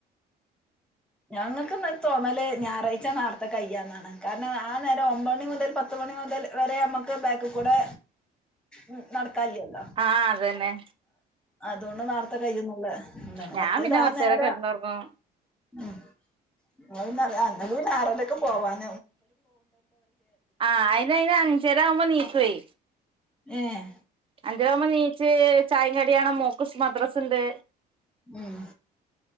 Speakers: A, in the centre; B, on the right.
A: ഞങ്ങൾക്ക് തോന്നല് ഞായറാഴ്ച നേർത്തെ കയ്യന്നാണ് കാരണം ആ നേരം ഒമ്പ മണി മുതൽ പത്തുമണി മുതൽ വരെ നമ്മുക്ക് ബാക്ക കൂടെ ഉ നടക്ക ഇല്ലല്ലോ
B: ആഹ് അതന്നെ
A: അതുകൊണ്ട് നേർത്തെ കഴ്യുന്നുള്ള എന്താണ്
B: ഞാൻ
A: മറ്റേതാനേര
B: പിന്നെ കൊറച്ചേരം കെടന്നൊറങ്ങും
A: ഉം <unintelligible> അങ്ങ നാറലൊക്കെ പോവാൻ
B: ആ അയിന് അയിന് അഞ്ചേരവുമ്പോ നീക്കുമെയ്
A: ഏഹ്
B: അഞ്ചരാകുമ്പോ നീ ച്ച് ചായേം കടിയാണ് മോക്കസ് മദ്രസ ഉണ്ട്
A: ഉം